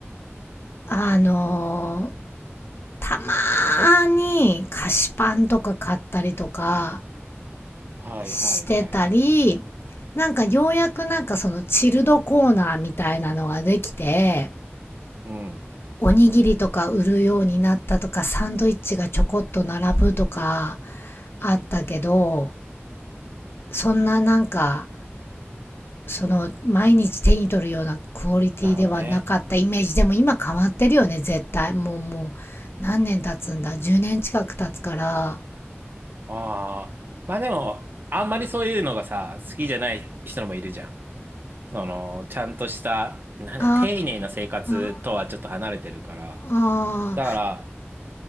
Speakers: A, on the left; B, on the right.
A: あのーたまーに菓子パンとか買ったりとか
B: はいはいはい。
A: してたり、なんかようやくなんかそのチルドコーナーみたいなのができて、
B: うん。
A: おにぎりとか売るようになったとか、サンドイッチがちょこっと並ぶとかあったけど、そんななんかその毎日手に取るようなクオリティではなかったイメージでも今変わってるよね絶対もうもう何年経つんだ10年近く経つから
B: なるほどね。ああ。まあでも、あんまりそういうのがさ、好きじゃない人もいるじゃん。その、ちゃんとした、なんだ、
A: あ
B: 丁寧な生活とはちょっと離れてるから。
A: ーあ
B: だから、